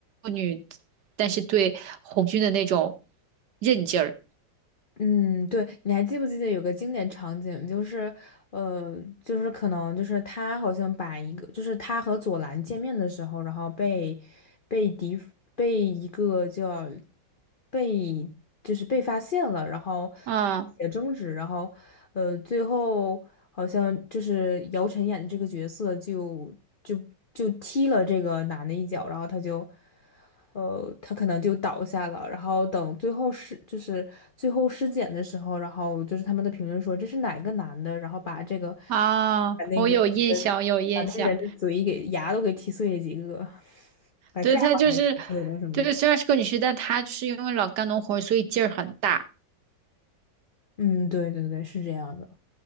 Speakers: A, on the right (about 65°); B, on the left (about 50°).
A: 女，但是对红军的那种韧劲儿。
B: 嗯，对，你还记不记得有个经典场景，就是，呃，就是可能就是他好像把一个，就是他和左蓝见面的时候，然后被被敌被一个叫被就是被发现了，然后
A: 啊
B: 也争执，然后呃，最后好像就是姚晨演的这个角色就就就踢了这个男的一脚，然后他就。呃，他可能就倒下了。然后等最后尸，就是最后尸检的时候，然后就是他们的评论说这是哪个男的，然后把这个
A: 啊，
B: 把那个
A: 我有印象，有印象。
B: 把那人的嘴给牙都给踢碎了几个，把下巴还踢碎了什么的。
A: 对，她就是，对，虽然是个女婿，但她就是因为老干农活儿所以劲儿很大。
B: 嗯，对对对，是这样的。